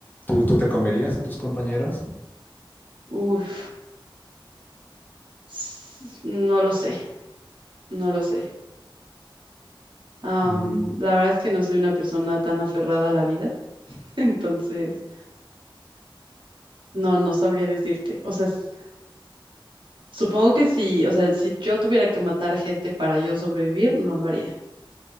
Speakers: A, on the left; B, on the right.
A: ¿Tú, tú te comerías a tus compañeros?
B: Uf, s- no lo sé, no lo sé. Am,
A: Mm,
B: la verdad es que no soy una persona tan aferrada a la vida, <laughs> entonces no, no sabría decirte. O sea, s- supongo que si, o sea, si yo tuviera que matar gente para yo sobrevivir, no lo haría.